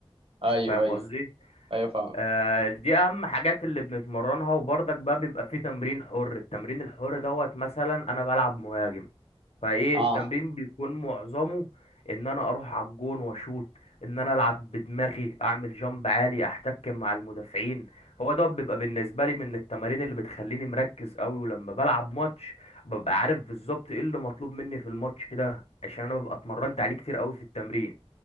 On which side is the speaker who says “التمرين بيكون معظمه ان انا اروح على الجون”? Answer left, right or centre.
Left